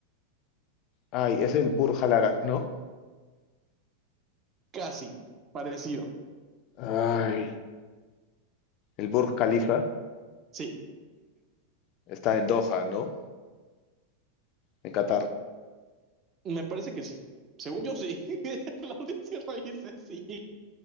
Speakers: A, on the left (about 40°); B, on the right (about 30°).
A: Ay, es el Burj Al Arab, ¿no?
B: Casi, parecido.
A: Ay, el Burj Khalifa
B: Sí,
A: está en Doha, ¿no? En Qatar.
B: me parece que sí. Según yo, sí. <laughs> La audiencia lo dice, sí.